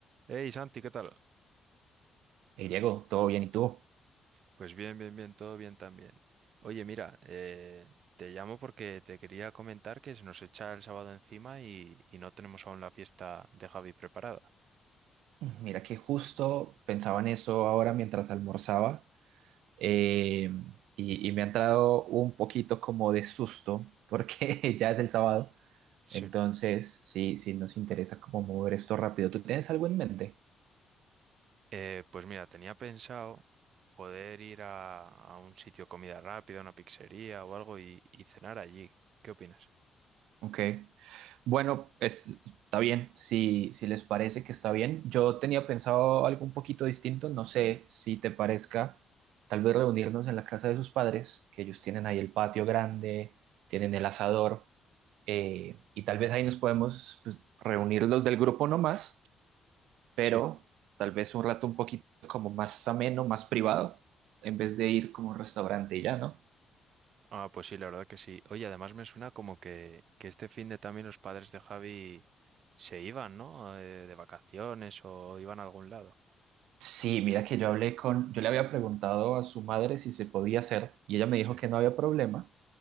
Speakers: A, on the right (about 60°); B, on the right (about 85°).
A: Hey Santi, ¿qué tal?
B: Hey Diego, ¿todo bien? ¿Y tú?
A: Pues bien, bien, bien, todo bien también. Oye, mira, eh, te llamo porque te quería comentar que se nos echa el sábado encima y, y no tenemos aún la fiesta de Javi preparada.
B: Mira que justo pensaba en eso ahora mientras almorzaba eh, y, y me ha entrado un poquito como de susto porque <laughs> ya es el sábado,
A: Sí.
B: entonces sí, sí nos interesa como mover esto rápido. ¿Tú tienes algo en mente?
A: Eh, pues mira, tenía pensado poder ir a, a un sitio de comida rápida, una pizzería o algo y, y cenar allí. ¿Qué opinas?
B: Ok. Bueno, es, está bien, si, si les parece que está bien. Yo tenía pensado algo un poquito distinto, no sé si te parezca, tal vez reunirnos en la casa de sus padres, que ellos tienen ahí el patio grande, tienen el asador, eh, y tal vez ahí nos podemos pues, reunir los del grupo nomás, pero
A: Sí.
B: tal vez un rato un poquito como más ameno, más privado, en vez de ir como a un restaurante y ya, ¿no?
A: Ah, pues sí, la verdad que sí. Oye, además me suena como que, que este fin de también los padres de Javi se iban, ¿no? Eh, de vacaciones o iban a algún lado.
B: Sí, mira que yo hablé con, yo le había preguntado a su madre si se podía hacer y ella me
A: Sí.
B: dijo que no había problema,